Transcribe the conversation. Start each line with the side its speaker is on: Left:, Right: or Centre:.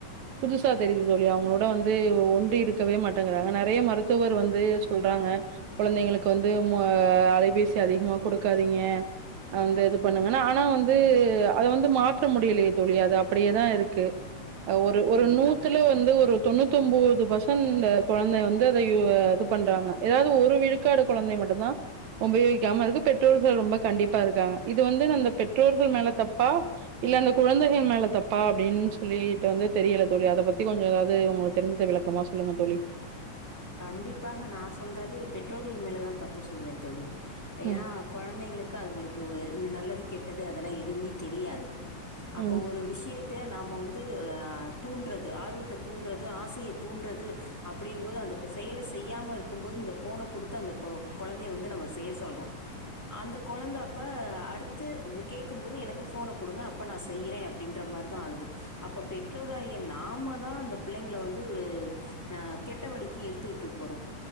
Right: புதுசா தெரியுது தோழி அவங்களோட வந்து ஒன்றி இருக்கவே மாட்டேங்கறாங்க நெறைய மருத்துவர் வந்து சொல்றாங்க குழந்தைங்களுக்கு வந்து ஆஹ் அலைபேசி அதிகமா கொடுக்காதீங்க வந்து இது பண்ணுங்கன்னா
Centre: ம்
Right: ஆனா வந்து வந்து அத வந்து மாற்ற முடியலையே தோழி அது அப்படியேதாயிருக்கு ஒரு
Centre: கண்டிப்பாக
Right: ஒரு நூத்துல
Centre: தோழி
Right: வந்து ஒரு தொண்ணூத்தொம்போது பர்சன்ட் குழந்தை வந்து அதை இது பண்றாங்க ஏதாவது ஒரு விழுக்காடு குழந்தை மட்டும்தான் உபயோகிகாம இருக்கு பெற்றோர்கள் ரொம்ப கண்டிப்பா இருக்காங்க இது வந்து அந்த பெற்றோர்கள் மேல தப்பா இல்ல அந்த குழந்தைகள் மேல தப்பா அப்படின் சொ சொல்லிட்டு வந்து தெரியல தோழி அதை பத்தி கொஞ்சம் ஏதாவது உங்களுக்கு தெரிஞ்சத விளக்கமா சொல்லுங்க தோழி
Centre: கண்டிப்பாக நா சொல்றது பெற்றோர்கள் மேலதா தப்பு சொல்லுவே தோழி ஏன்னா
Right: ம்.
Centre: கொழந்தைங்களுக்கு அதுங்களுக்கு இது நல்லதுக்கு கெட்டது அதெல்லா ஏ துமே தெரியாது
Right: ம்.
Centre: அப்போ ஒரு விஷயத் து நாம வந்து ஆஹ் தூன்றது ஆர்வத்த தூன்றது ஆ ஆசைய தூன்றது அப்படின்போது அந்த கு செயல செய்யாம இருக்கும்போது இந்த போனை கொடுத்து அந்த கொழந்தைய வந்து நம்ம செய்ய சொல்றோ அந்த கொழந்தை அப்ப அடுத்து கேட்கும்போது எனக்கு போனை கொடுங்க அப்ப நா செய்யறே அப்டின்ற மாரிதா ஆகுது அப்ப பெற்றோர் ஆகிய நாம தா அந்த பிள்ளைங்களை வந்து து ஒரு ஆஹ் கெட்டவடிக்கி எ த்துட்டு போறோ